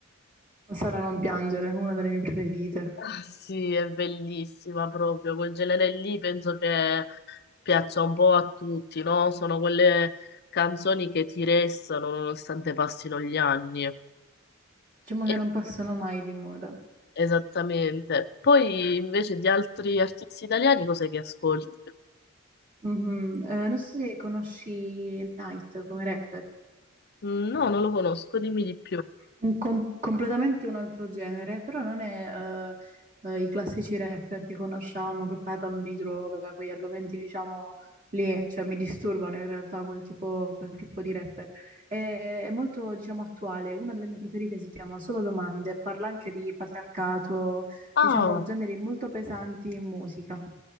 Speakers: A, on the right; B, on the left.
A: O Sara non piangere, una delle mie preferite.
B: Ah, Sì, è bellissima proprio, quel genere lì penso che piaccia un po' a tutti, no? Sono quelle canzoni che ti restano nonostante passino gli anni.
A: Diciamo che
B: E
A: non passano mai di moda.
B: Esattamente. Poi invece di altri artisti italiani, cos'è che ascolti?
A: Mhm. Eh, non so se conosci Night come rapper,
B: Mm, No, non lo conosco, dimmi di più.
A: un com- completamente un altro genere, però non è eh, eh, i classici rapper che conosciamo che parlano di droga, quegli argomenti diciamo lì, cioè mi disturbano in realtà quel tipo, quel tipo di rapper. È, è molto diciamo attuale, una delle mie preferite si chiama Solo Domande, parla anche di patriarcato,
B: Ah,
A: diciamo generi molto pesanti in musica,